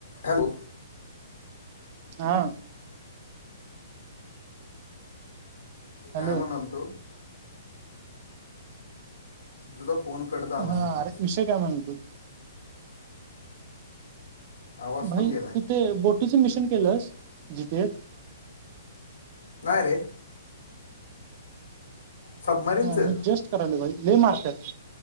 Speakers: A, on the left; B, on the right.
A: Hello
B: हां hello
A: काय म्हणाल तो तुझा फोन कट झाला
B: हा
A: मधीच.
B: <unintelligible>
A: आवाज पण
B: भाई
A: गेलाय
B: तिथे बोटीचं मिशन केलस जिथे
A: नाय रे सबमरीनचं
B: हा मी जस्ट करायलो भाई लय मारत्यात